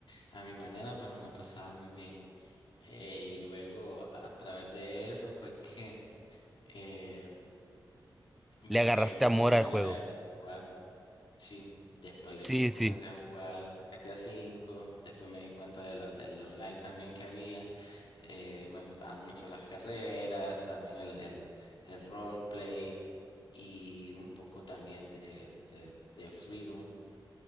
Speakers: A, on the left; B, in the centre.
A: A mi manera, pero me la pasaba muy bien. Eh, y luego a través de eso fue que eh,
B: Le
A: busqué
B: agarraste
A: como
B: amor
A: la manera
B: al juego.
A: de, de jugar Sí, después le
B: Sí,
A: comencé
B: sí.
A: a jugar GTA V, después me di cuenta de la, del online también que había. Eh, me gustaban mucho las carreras, también el, el, el roleplay y un poco también de, de, de Freedom.